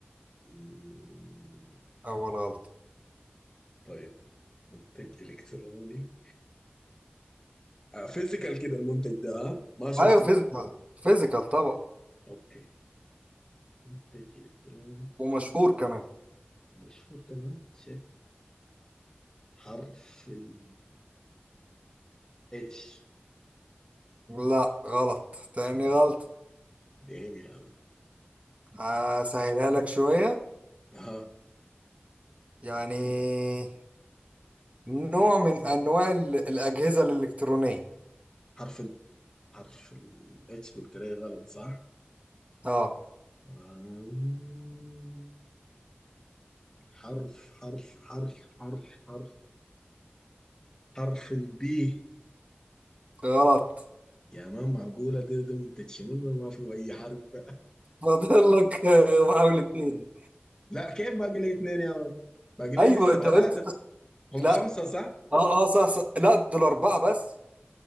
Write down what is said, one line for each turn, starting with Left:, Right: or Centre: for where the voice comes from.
Left: مم.
Right: اول غلط
Left: طيب منتج إلكتروني آه فيزيكال كده المنتج ده ها؟ ما سوفت
Right: ايوه فيزيكال
Left: وير
Right: فيزيكال طبعا
Left: اوكي منتج إلكتروني
Right: ومشهور كمان
Left: مشهور كمان شيت حرف ال اتش
Right: لا غلط تاني غلط
Left: دايم يا ولد.
Right: هسهلها لك شوية
Left: ها
Right: يعني نوع من انواع ال- الاجهزة الالكترونية
Left: حرف ال حرف ال اتش قلت لي غلط صح؟
Right: اه
Left: آم، حرف حرف حرف حرف حرف حرف البي
Right: غلط
Left: يا مان معقولة ده ده منتج شنو ما ما فيه أي حرف
Right: فاضل لك <laughs> محاولتين
Left: لا كيف باقي لي اتنين يا مان باقي لي
Right: ايوه
Left: لسه
Right: انت
Left: ثلاثة
Right: قلت
Left: هم
Right: لا
Left: خمسة صح؟
Right: اه اه صح صح لا دول اربعه بس